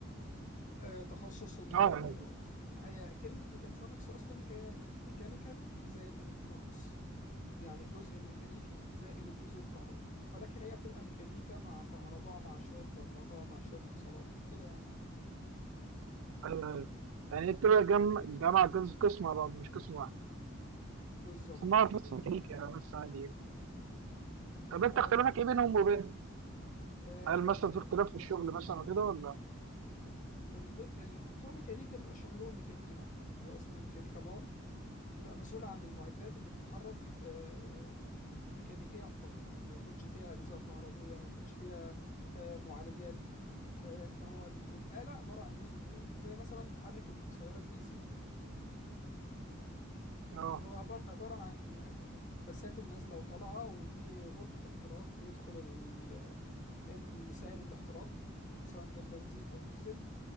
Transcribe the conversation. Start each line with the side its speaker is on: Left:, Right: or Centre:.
Left: آه، تخصص ال
Right: اه
Left: آه،
Right: يعني
Left: هي كلمة ميكاترونكس أصلا جاية من ميكانيكال زائد إلكترونكس يعني الجزء الميكانيكي زائد الجزء الكهرباء ولكن هي بتبقى ميكانيكا مع كهرباء مع شوية برمجة مع شوية اتصالات كده يعني
Right: أه يعني انت بقى جم... جامعة جزء قسم على بعض مش قسم واحد.
Left: بالظبط
Right: بس انا اعرف بس ميكانيكا يعني بس عادي يعني. طب انت
Left: اه
Right: اختلافك
Left: المك...
Right: ايه بينهم وبين؟
Left: آه،
Right: هل مثلا
Left: ال-
Right: في اختلاف في الشغل مثلا وكده ولا؟
Left: الجزء ال- بتوع ميكانيكا بيبقى شغلهم ميكانيكي بحت بيبقى اسمه ميكانيكا بار بيبقى مسؤولة عن المعدات اللي بتتحرك آه، ميكانيكيا فقط ما يكونش فيها أجزاء كهربية ما يكونش فيها آه، معالجات فهو ال- الآلة عبارة عن جزء ميكانيكي زي مثلا محرك السيارة الديزل
Right: اه
Left: هو عبارة عبارة عن آه، بساتم نازلة وطالعة وفي غرفة احتراق بيدخل ال- السائل الاحتراق سواء كان بنزين أو ديزل